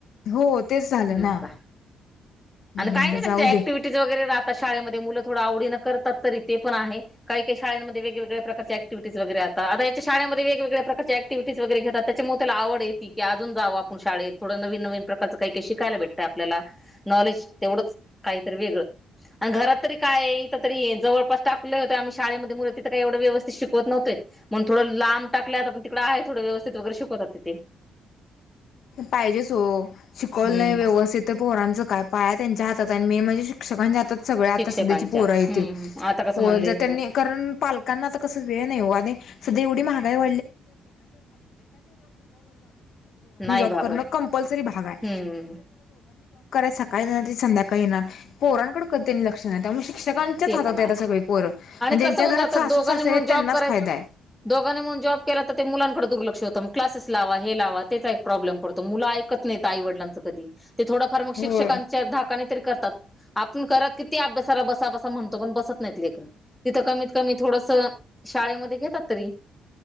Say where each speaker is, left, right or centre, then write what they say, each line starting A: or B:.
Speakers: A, on the left (about 65°); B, in the centre.
A: हो तेच झालं
B: म
A: ना
B: का
A: मग
B: अन् काय
A: म्हटलं
B: नाही त्यांचे
A: जाऊ
B: ऍक्टिव्हटीज
A: दे.
B: वगैरे राह अस शाळेमधे मुलं थोड आव बेन करतात तरी ते पण आहे काहीकाही शाळेंमधे वेगवेगळ्या प्रकारचे अँक्टिव्हिटीस वगैरे असतात आता हेच्या शाळेमधे वेगवेगळ्या प्रकारच्या अँक्टिव्हिटीस वगैरे घेतात त्याच्यामु तेला आवडये ती की अजून जावं आपुन शाळेत थोडं नवीन नवीन प्रकारचं काही काही शायला भेटतंय आपल्याला नॉलेज तेवढंच काही तरी वेगळं अन् घरात तरी काय तर तरी जवळपास टाकलं त आम्ही शाळेमध्ये मुलं तिथ काय एवढं व्यवस्थित शिकवत नव्हते म्हणून थोडं लांब टाकल. <unintelligible> पण तिकडं आहे थोड व्यस्थित वगैर शिकवतात तिथे.
A: पाहिजेच हो शिकवलं
B: हम्म
A: नाही व्यवस्थित पोरांचं काय पाया त्यांच्या हा त त्यांनी म्हणजे शिक्षकांच्या हातात सगळ्या आता
B: शिक्षकांच्या
A: सध्याची पोर हायती.
B: हम्म आता कसं
A: प
B: म्हणले
A: ज त्यांनी कारण पालकांना आता कस वेळ नाही हो सध्या एव
B: नाही भागत.
A: <unintelligible> करणं कॉम्पल्सरी भाग आहे.
B: हम्म
A: सकाळी संध्याकाळी येणार पोरकडे कडे कधी लक्ष शिक्षकांच्याच
B: ते
A: हातात
B: पण आहे
A: येत सगळी पोर आणि ज्यांच्या
B: कसं होऊन
A: घरात
B: जातात
A: सासू
B: दोघांनी
A: सासरें
B: म्हणून
A: आहेत
B: जॉब
A: त्यांनाच
B: कराय
A: फायदा आहे.
B: दोघांनी म्हून जॉब केला तर ते मुलांकडे दुर्लक्ष होतं मग. क्लासेस लावा हे लावा त्याचा एक प्रॉब्लेम पडतो मुलं ऐकत नाही आईवडलांच कध ते थोडंफार मग शिक्षकांच्या
A: होय
B: धाकाने तरी करतात आपण करत कि ते अभ्यासाला बसास म्हणतो पण बसत नाही लेकर तिथं कमीत कमी थोडस शाळेमध्ये घेतात तरी.